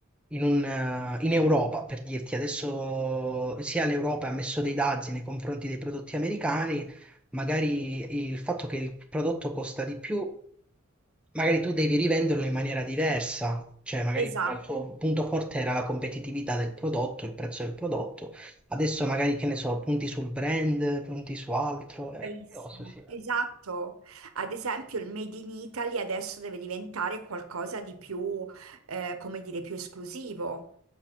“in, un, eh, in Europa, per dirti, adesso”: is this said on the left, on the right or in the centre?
Centre